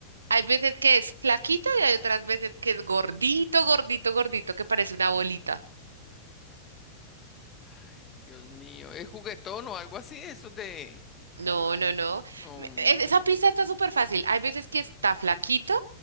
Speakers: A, on the right (about 70°); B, on the left (about 25°).
A: hay veces que es flaquito y hay otras veces que es gordito, gordito, gordito, que parece una bolita.
B: Ay, Dios mío, ¿es juguetón o algo así? Eso de...
A: No, no, no.
B: no,
A: Es- esa pista está súper fácil. Hay veces que está flaquito